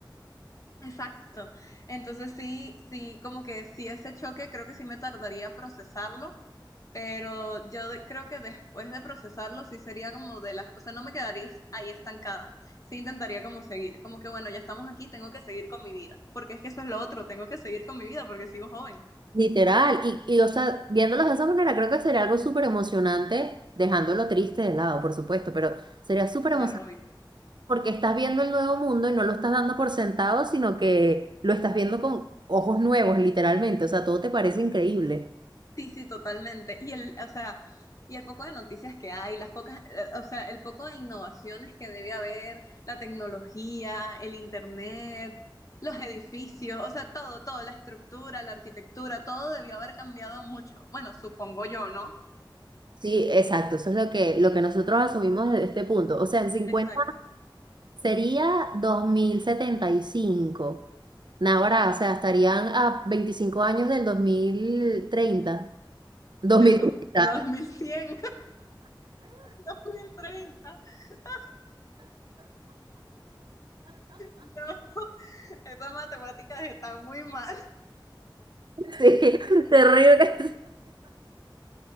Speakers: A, on the left; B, on the right.
A: Exacto. Entonces sí, sí, como que sí ese choque creo que sí me tardaría a procesarlo Pero yo de- creo que después de procesarlo sí sería como de las, o sea, no me quedaría est- ahí estancada. Sí intentaría como seguir, como que bueno, ya estamos aquí, tengo que seguir con mi vida, porque es que eso es lo otro, tengo que seguir con mi vida porque sigo joven.
B: Literal, y, y o sea, viéndolos de esa manera, creo que sería algo súper emocionante, dejándolo triste de lado, por supuesto, pero sería súper
A: Claro,
B: emocionante
A: obvio.
B: porque estás viendo el nuevo mundo y no lo estás dando por sentado, sino que lo estás viendo con ojos nuevos, literalmente. O sea, todo te parece increíble.
A: Sí, sí, totalmente. Y el, o sea, y el poco de noticias que hay, las pocas, eh, o sea, el poco de innovaciones que debe haber, la tecnología, el internet, los edificios, o sea, todo, todo, la estructura, la arquitectura, todo debió haber cambiado mucho. Bueno, supongo yo, ¿no?
B: Sí, exacto. Eso es lo que, lo que nosotros asumimos desde este punto. O sea, en cincuenta
A: Exacto.
B: sería 2075. Ahora, o sea, estarían a veinticinco años del dos Dos mil treinta. dos
A: Perdón.
B: mil treinta.
A: 2100, 2030. <laughs> No, esas matemáticas están muy mal.
B: Sí, <laughs> terrible.